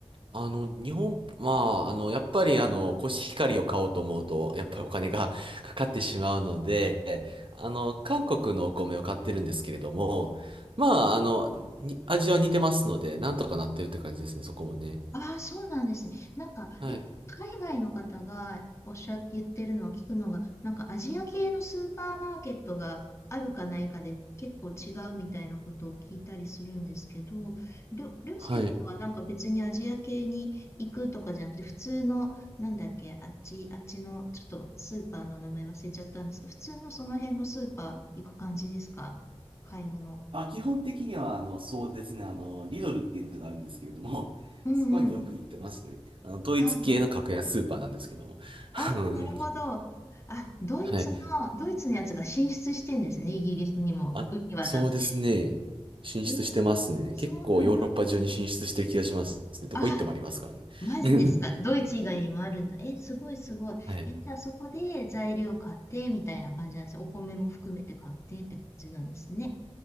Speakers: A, on the right (about 55°); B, on the left (about 25°).
A: あの、日本、まあ、あの、やっぱり、あの、コシヒカリを買おうと思うと、やっぱりお金が <laughs> かかってしまうので、あの、韓国のお米を買ってるんですけれども、まあ、あの、に味は似てますので、なんとかなってるって感じですね、そこもね。
B: ああ、そうなんですね。なんか、
A: はい。
B: よく海外の方がおっしゃって言ってるのを聞くのが、なんかアジア系のスーパーマーケットがあるかないかで結構違うみたいなことを聞いたりするんですけど、りょ、りょうすけさんはなんか別にアジア系に行くとかじゃなくて、
A: はい。
B: 普通の、なんだっけ、あっち、あっちの、ちょっとスーパーの名前忘れちゃったんですけど、普通のその辺のスーパー行く感じですか買い物。
A: あ、基本的には、あの、そうですね、あの、リドルっていうのがあるんですけれども、
B: うんうん。
A: そこによく行ってますね。あの、統一系の格安スーパーなんですけども。
B: あ
A: <laughs>
B: ああ、
A: あのうん
B: なるほど。あ、ドイツの、
A: はい。
B: ドイツのやつが進出してんですね、イギリスにも、
A: あ、
B: 海渡って。
A: そうですね。進出してますね。
B: ええそうなんだ。
A: 結構ヨーロッパ中に進出してる気がしますね。どこ行ってもありますからね。
B: あ、マジですか。
A: <laughs>
B: ドイツ以外にもあるんだ。え、すごいすごい。
A: はい。
B: え、じゃあそこで材料買ってみたいな感じなんですね。お米も含めて買ってって感じなんですね。